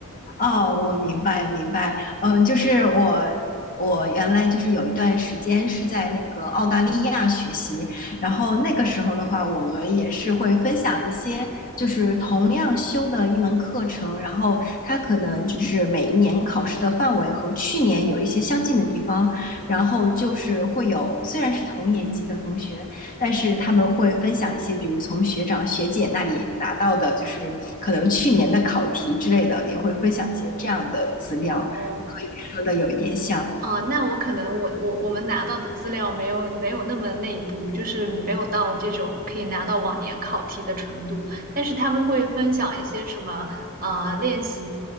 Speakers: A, on the left; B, on the right.
A: 哦，我明白明白，嗯，就是我我原来就是有一段时间是在那个澳大利亚学习，然后那个时候的话，我们也是会分享一些就是同样修的一门课程，然后它可能就是每一年考试的范围和去年有一些相近的地方，然后就是会有虽然是同年级的同学，但是他们会分享一些，比如从学长学姐那里拿到的，就是可能去年的考题之类的，也会分享一些这样的资料，
B: 哦，
A: 可以说的有一点像。嗯
B: 哦，那我可能我我我们拿到的资料没有没有那么内部，就是没有到这种可以拿到往年考题的程度。但是他们会分享一些什么呃练习，